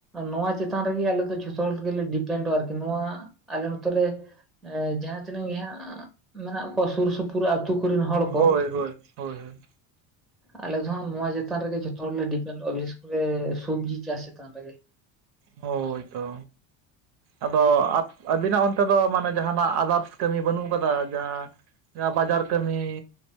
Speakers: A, in the centre; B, on the right.
A: ᱱᱚᱣᱟ ᱪᱮᱛᱟᱱ ᱨᱮᱜᱮ ᱟᱞᱮ ᱫᱚ ᱡᱷᱚᱛᱚ ᱦᱚᱲ ᱜᱮᱞᱮ ᱰᱤᱯᱮᱱᱰᱼᱟ ᱟᱨᱠᱤ ᱱᱚᱣᱟ ᱟᱞᱮ ᱱᱚᱛᱮ ᱨᱮ। ᱮᱸᱡᱟᱦᱟᱸ ᱛᱤᱱᱟᱹᱜ ᱜᱮ ᱦᱟᱸᱜ ᱢᱮᱱᱟᱜ ᱠᱚᱣᱟ ᱥᱩᱨ ᱥᱩᱯᱩᱨ। <unintelligible> ᱟᱹᱛᱩ ᱠᱚᱨᱮᱱ ᱦᱚᱲ
B: ᱦᱳᱭ
A: ᱠᱚ।
B: ᱦᱳᱭ ᱦᱳᱭ ᱦᱳᱭ
A: ᱟᱞᱮ ᱫᱚ ᱦᱟᱸᱜ ᱱᱚᱣᱟ ᱪᱮᱛᱟᱱ ᱨᱮᱜᱮ ᱡᱚᱛᱚ ᱦᱚᱲᱞᱮ ᱰᱤ ᱪᱟᱫᱩ ᱟᱜ <unintelligible> ᱥᱚᱵᱽᱡᱤ ᱪᱟᱥ ᱪᱮᱛᱟᱱ ᱨᱮᱜᱮ
B: ᱦᱳᱭ ᱛᱚ। ᱟᱫᱚ ᱟᱹᱵᱤᱱᱟᱜ ᱚᱱᱛᱮ ᱫᱚ ᱢᱟᱱᱮ ᱡᱟᱦᱟᱸᱱᱟᱜ ᱟᱫᱟᱨᱥ ᱠᱟᱹᱢᱤ ᱵᱟᱹᱱᱩᱜ ᱟᱠᱟᱫᱟ ᱡᱟᱦᱟᱸ। ‌ ᱡᱟ ᱵᱟᱡᱟᱨ ᱠᱟᱹᱢᱤᱤ